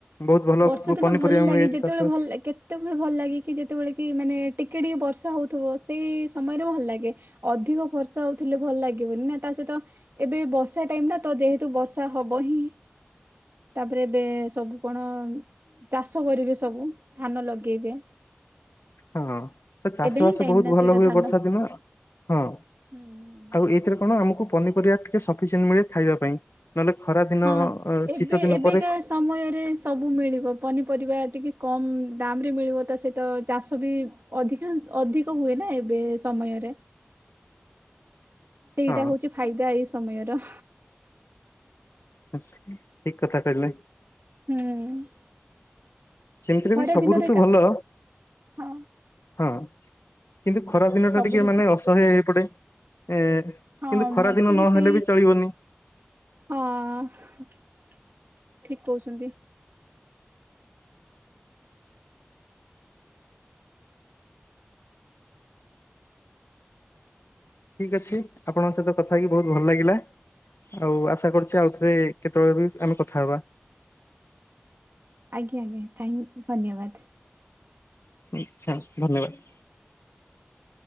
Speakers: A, on the left; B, on the right.
A: ବହୁତ ଭଲ
B: ବର୍ଷା ଦିନ
A: ପନିପରିବା
B: ଭଲ
A: ମିଳେ
B: ଲାଗେ। ଯେତେବେଳେ
A: ଚାଷ ବାସ
B: ଭଲ ଲା କେ ସେତେବେଳେ ଭଲ ଲାଗେ କି ଯେତେବେଳେ କି ମାନେ ଟିକେ ଟିକେ ବର୍ଷା ହୋଉଥିବ ସେଇ ସମୟରେ ଭଲ ଲାଗେ। ଅଧିକ ବର୍ଷା ହଉଥିଲେ ଭଲ ଲାଗିବନି ନା। ତା ସହିତ ଏବେ ବର୍ଷା ଟାଇମ୍ ନା ତ ଯେହେତୁ ବର୍ଷା ହବ ହିଁ। ତାପରେ ଏବେ ସବୁ କଣ ଚାଷ କରିବେ ସବୁ ଧାନ ଲଗେଇବେ।
A: ହଁ। ତ ଚାଷ
B: ଏବେ
A: ବାସ
B: ହିଁ ଟାଇମ
A: ବହୁତ୍
B: ନା
A: ଭଲ
B: ସେଇଟା
A: ହୁଏ
B: ଧାନ
A: ବର୍ଷା ଦିନ। ହଁ।
B: ହୁଁ।
A: ଆଉ ଏଇଥିରେ କଣ ଆମକୁ ପନିପରିବା ଟିକେ ସପିସେଣ୍ଟ ମିଳେ ଖାଇବା ପାଇଁ। ନହେଲେ ଖରା ଦିନ
B: ହଁ
A: ଅ
B: ଏବେ
A: ଶୀତ ଦିନ
B: ଏବେକା
A: ପରେ
B: ସମୟରେ ସବୁ ମିଳିବ। ପନିପରିବା ଟିକେ କମ୍ ଦାମ୍ ରେ ମିଳିବ। ତା ସହିତ ଚାଷ ବି ଅଧିକାଂଶ ଅଧିକ ହୁଏ ନା ଏବେ ସମୟରେ। ସେଇଟା
A: ହଁ
B: ହଉଚି ଫାଇଦା ଏଇ ସମୟର।
A: ଠିକ୍ କଥା କହିଲେ।
B: ହୁଁ।
A: ସେମିତିରେ
B: ଖରା
A: ବି ସବୁ
B: ଦିନରେ
A: ଋତୁ
B: କା
A: ଭଲ।
B: ହଁ।
A: ହଁ। କିନ୍ତୁ ଖରା ଦିନ
B: ସବୁ
A: ଟା ଟିକେ
B: ଋତୁ
A: ମାନେ ଅସହ୍ୟ ହେଇପଡେ। ଏ କିନ୍ତୁ
B: ହଁ
A: ଖରା
B: ମତେ
A: ଦିନ ନହେଲେ
B: ସେଇ
A: ବି ଚଳିବନି।
B: ହଁ। ଠିକ୍ କହୁଛନ୍ତି।
A: ଠିକ୍ ଅଛି। ଆପଣଙ୍କ ସହିତ କଥା ହେଇକି ବହୁତ୍ ଭଲ ଲାଗିଲା। ଆଉ ଆଶା କରୁଚି ଆଉଥରେ କେତେବେଳେ ବି ଆମେ କଥା ହବା।
B: ଆଜ୍ଞା ଆଜ୍ଞା ଥାଇଁ ଧନ୍ୟବାଦ୍।
A: ଆଚ୍ଛା ଧନ୍ୟବାଦ୍।